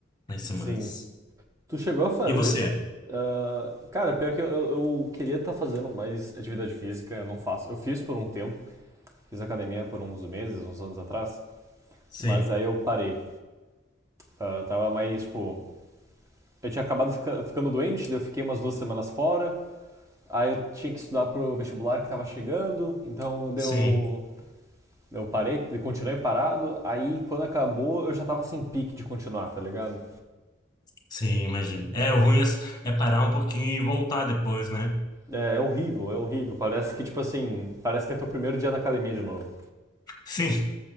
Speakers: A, on the left (about 20°); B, on the right (about 15°).
A: nas semanas.
B: Sim. Tu chegou a fazer.
A: E você?
B: ah, cara, pior que eu, eu queria estar fazendo mais atividade física, eu não faço. Eu fiz por um tempo, fiz academia por uns meses, uns anos atrás,
A: Sim,
B: mas aí eu parei. Ah, tava mais, tipo. Eu tinha acabado fica- ficando doente, daí eu fiquei umas duas semanas fora, aí eu tinha que estudar pro vestibular que tava chegando, então deu.
A: sim,
B: Eu parei, continuei parado, aí quando acabou eu já tava sem pique de continuar, tá ligado?
A: sim, imagino. É, o ruim é, é parar um pouquinho e voltar depois, né?
B: É, é horrível, é horrível. Parece que, tipo assim, parece que é teu primeiro dia na academia de novo.
A: <laughs> Sim.